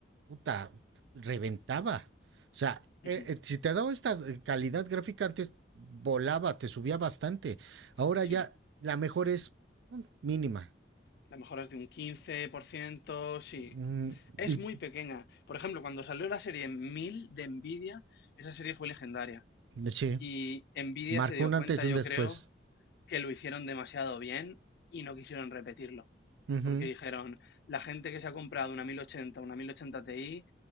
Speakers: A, on the right (about 75°); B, on the left (about 60°).
A: puta, reventaba. O sea, eh,
B: Ujú.
A: eh, si te daba esta eh, calidad gráfica antes volaba, te subía bastante. Ahora
B: Sí,
A: ya la mejor es mm, mínima.
B: la mejora es de un 15% sí.
A: Mm,
B: Es
A: y
B: muy pequeña. Por ejemplo, cuando salió la serie 1000 de Nvidia, esa serie fue legendaria.
A: sí,
B: Y Nvidia
A: marcó
B: se dio
A: un
B: cuenta,
A: antes y un
B: yo
A: después.
B: creo, que lo hicieron demasiado bien y no quisieron repetirlo.
A: Ujú,
B: Porque dijeron, la gente que se ha comprado una 1080, una 1080 Ti,